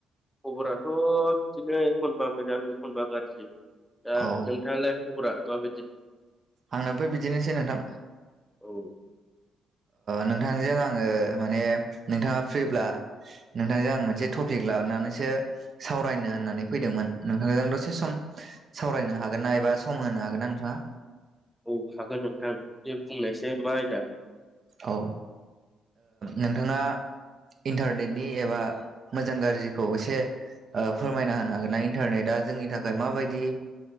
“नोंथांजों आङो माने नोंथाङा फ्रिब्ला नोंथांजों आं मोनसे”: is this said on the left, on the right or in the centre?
Right